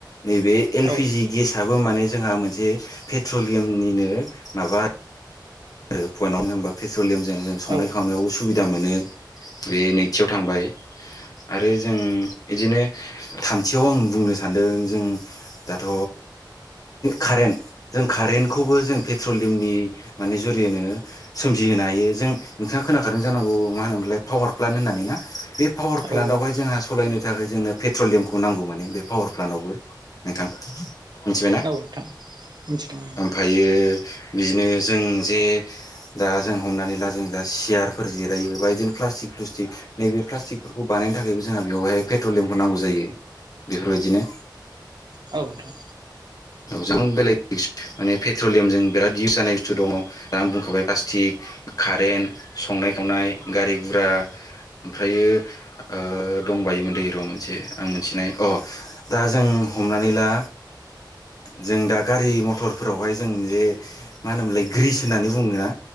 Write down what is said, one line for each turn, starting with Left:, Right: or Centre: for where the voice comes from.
Left: नैबे एल
Right: औ
Left: पि जि गेसआबो माने जोंहा मोनसे पेट्रलियामनिनो माबा आरो पइेन्टआव होमबा पेट्रलियामजों जों संनाय
Right: औ
Left: खावनायावबो सुबिदा मोनो। बे नैथियाव थांबाय। आरो जों इदिनो थामथियाव आं बुंनो सानदों जों दाथ' कारेन्ट जों कारेन्टखौबो जों पेट्रलियामनि माने जुरियैनो सोमजिहोनो हायो जों नोंथाङा खोनाखादों जानांगौ मा होनोमोनलाय पावार प्लान होननानै ना बे पावार
Right: औ
Left: प्लान्टआवहाय
Right: नोंथां
Left: जोंहा सलायनो थाखाय जोंनो पेट्रलियामखौ नांगौ माने बे पावार प्लान्टआवबो नोंथां मिथिबायना?
Right: औ नोंथां मिथिदों
Left: आमफायो बिदिनो जों जे दा जों हमनानै ला जों दा सियारफोर जिरायो बा बिदिनो प्लास्टिक थुस्टिक नैबे प्लास्टिकफोरखौ बानायनो थाखायबो जोंहा बेवहाय पेट्रलियामखौ नांगौ जायो बेफोरबादिनो।
Right: औ नोंथां
Left: जों बेलेग माने पेट्रलियामजों बेरात इउस जानाय बुस्थु दङ। आं बुंखाबाय प्लास्टिक कारेन्ट संनाय खावनाय गारि गुरा। ओमफ्रायो ओ दंबायोमोनदै र' मोनसे आं मिथिनाय अ दा जों हमनानै ला जों दा गारि मथरफोरावहाय जों जे मा होनोमोनलाय ग्रिस होननानै बुङोना